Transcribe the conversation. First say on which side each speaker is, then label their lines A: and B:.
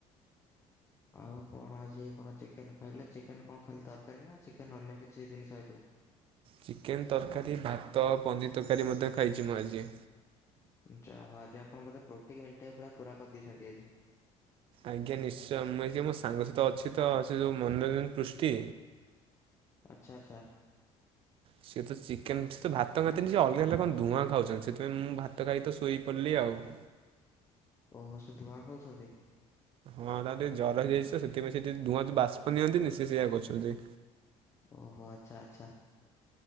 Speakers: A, on the left (about 20°); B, on the right (about 45°).
A: ଆଉ କଣ ଆଜି କଣ ଚିକେନ ଖାଇଲେ ଚିକେନ କଣ ଖାଲି ତରକାରୀ ନା ଚିକେନ ଅନ୍ୟ କିଛି ଜିନିଷ ହେଇଥିଲା।
B: ଚିକେନ ତରକାରୀ ଭାତ ପନିର ତରକାରୀ ମଧ୍ୟ ଖାଇଚି ମୁଁ ଆଜି।
A: ଯାହା ହୋଉ ଆଜି ଆପଣ ବୋଥେ ପ୍ରୋଟିଙ୍ଗି ଇଣ୍ଟା କୁ ପୁରା ପୁରା କରିଦେଇଚନ୍ତି ଆଜି।
B: ଆଜ୍ଞା ନିଶ୍ଚୟ ମୁଁ ଏଇଠି ଟିକେ ମୋ ସାଙ୍ଗ ସହିତ ଅଛି ତ ସେ ଯୋଉ ମନୋରଞ୍ଜ ପୃଷ୍ଟି
A: ଆଚ୍ଛା ଆଚ୍ଛା।
B: ସେିଏ ତ ଚିକେନ ସେ ତ ଭାତ ଖାଆନ୍ତିି ସେ ଅଲଗା ଅଲଗା କଣ ଧୂଆଁ ଖାଉଚନ୍ତି ସେଥିପାଇଁ ମୁଁ ଭାତ ଖାଇକି ତ ଶୋଇପଡିଲି ଆଉ। <inaudible>
A: ଓହୋ। ସେ ଧୁଆଁ ଖାଉଚନ୍ତି?
B: ହଁ ତାକୁ ଟିକେ ଜ୍ୱର ହେଇଯାଇଚି ତ ସେଥିପାଇଁ ସେ ଟିକେ ଧୂଆଁ ବାଷ୍ପ ନିଅନ୍ତିନି ସେ ସେଇୟା କରୁଚନ୍ତି।
A: ଓହୋ ଆଚ୍ଛା ଆଚ୍ଛା।